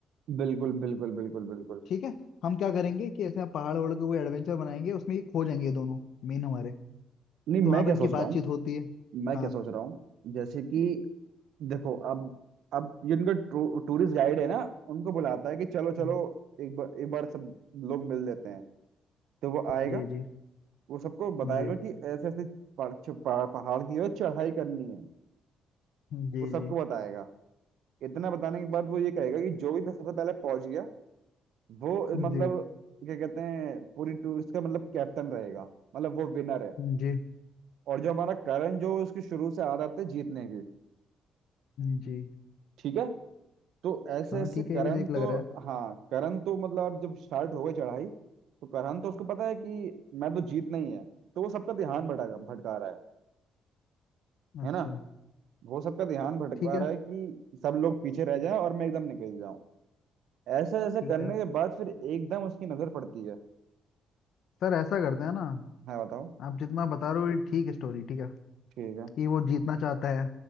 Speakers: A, on the right; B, on the left.
A: बिल्कुल बिल्कुल बिल्कुल बिल्कुल
B: ठीक है हम क्या करेंगे कि ऐसे पहाड़ वहाड़ का कोई एडवेंचर बनाएंगे उसमें ये खो जाएंगे ये दोनों मेन हमारे
A: नहीं मैं
B: तो वहां पर
A: क्या
B: इनकी
A: सोच रहा
B: बातचीत
A: हूँ
B: होती है
A: मैं
B: हाँ
A: क्या सोच रहा हूँ जैसे कि देखो अब अब ये उनका टू, टूरिस्ट गाइड है ना उनको बुलाता है कि चलो
B: जी
A: चलो एक बार एक बार सब लोग मिल लेते हैं तो वो आएगा
B: जी जी
A: वो सबको
B: जी
A: बताएगा कि ऐसे ऐसे पहाड़ छ- पहाड़- पहाड़ की है चढ़ाई करनी है
B: जी
A: वो सबको बताएगा इतना बताने के बाद वो ये कहेगा कि जो भी पे- सबसे पहले पहुंच गया वो मतलब
B: जी
A: क्या कहते हैं पूरी टूरिस्ट का मतलब कैप्टन रहेगा मतलब वो विनर है
B: जी
A: और जो हमारा करण जो उसकी शुरू से आदत है जीतने की
B: जी
A: ठीक है तो ऐसे
B: हाँ
A: ऐसे
B: ठीक है
A: करण
B: ये भी सही
A: तो
B: लग रहा
A: हाँ करण तो मतलब अब जब स्टार्ट हो गई चढ़ाई तो करण तो उसको पता है कि मैं तो जीतना ही है तो वो सबका ध्यान भटका भटका रहा है
B: है अच्छा
A: है ना वो सबका ध्यान भटका
B: ठीक है
A: रहा है कि सब लोग पीछे रह जाए और मैं एकदम निकल जाऊं ऐसा ऐसा
B: ठीक
A: करने
B: है
A: के बाद फिर एकदम उसकी नजर पड़ती है
B: सर ऐसा करते हैं ना
A: हाँ बताओ
B: आप जितना बता रहे हो ये ठीक है स्टोरी ठीक है
A: ठीक है
B: कि वो जीतना चाहता है